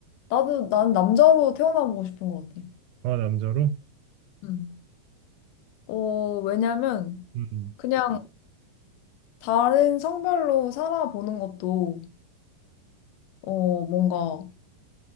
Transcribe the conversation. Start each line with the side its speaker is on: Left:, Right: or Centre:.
Left: 나도, 난 남자로 태어나보고 싶은 것 같아.
Right: 아, 남자로?
Left: 음. 어, 왜냐면,
Right: 음,
Left: 그냥 다른 성별로 살아보는 것도, 어, 뭔가